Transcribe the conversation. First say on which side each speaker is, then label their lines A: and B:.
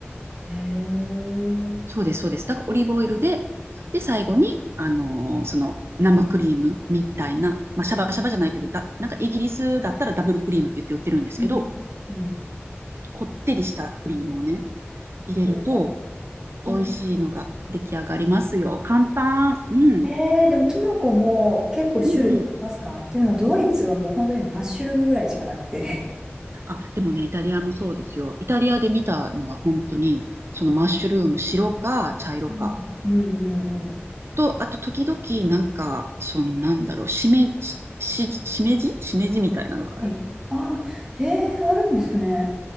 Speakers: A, on the right (about 15°); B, on the right (about 70°).
A: ーへえ。ー。
B: そうです、そうです。だからオリーブオイルで、で、最後に、あのーその、生クリームみたいな、まあ、シャバシャバじゃないけど、だ、なんかイギリスだったらダブルクリームって言って売ってるんですけど、
A: うんうん
B: こってりしたクリームをね、入れると、
A: うわ
B: 美味しいのが出来上がりますよ。簡単。うん。
A: えー、でもキノコも結構種類ありますかっていうのはドイツはもう本当にマッシュルームぐらいしかなくて。
B: うんうん。あ、でもね、イタリアもそうですよ。イタリアで見たのは本当に、そのマッシュルーム、白か茶色か。
A: うん。うんうんうん。
B: と、あと時々、なんか、その、なんだろう、しめじ、し、しめじしめじみたいなのがある。
A: はい。あー、えー、あるんですね。